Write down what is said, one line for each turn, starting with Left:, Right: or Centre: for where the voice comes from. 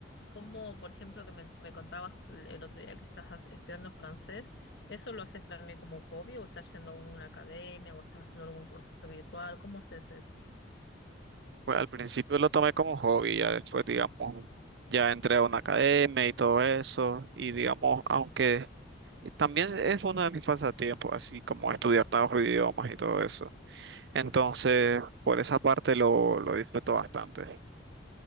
Left: como por ejemplo que me, me contabas el el otro día que estás as- estudiando francés, ¿eso lo haces también como hobby o estás yendo a una academia o estás haciendo algún curso virtual? ¿Cómo haces eso?
Right: Pues al principio lo tomé como un hobby, ya después, digamos, ya entré a una academia y todo eso. Y digamos, aunque también es uno de mis pasatiempos, así como estudiar nuevos idiomas y todo eso. Entonces, por esa parte lo, lo disfruto bastante.